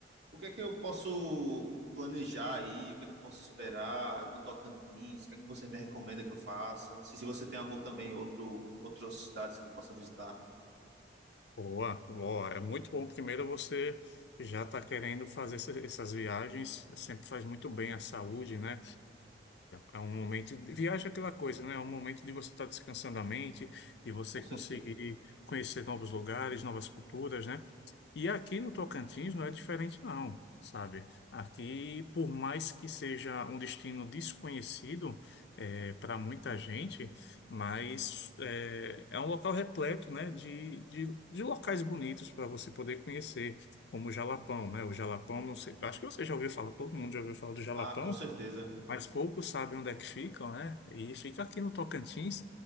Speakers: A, on the right (about 80°); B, on the left (about 70°).
A: O que é que eu posso planejar aí? O que é que eu posso esperar do Tocantins? O que é que você me recomenda que eu faça? Se, se você tem algum também outro outras cidades que eu possa visitar,
B: Boa, boa. É muito bom. Primeiro, você já está querendo fazer essa- essas viagens. Sempre faz muito bem à saúde, né? É um momento. de- Viagem é aquela coisa, né? É um momento de você estar descansando a mente, de você
A: com certeza.
B: conseguir conhecer novos lugares, novas culturas, né? E aqui no Tocantins não é diferente, não, sabe? Aqui, por mais que seja um destino desconhecido para muita gente, mas é, é um local repleto, né, de, de, de locais bonitos para você poder conhecer, como o Jalapão, né? O Jalapão, não sei, acho que você já ouviu falar, todo mundo já ouviu falar do Jalapão,
A: Ah, com certeza.
B: mas poucos sabem onde é que ficam, né? E fica aqui no Tocantins.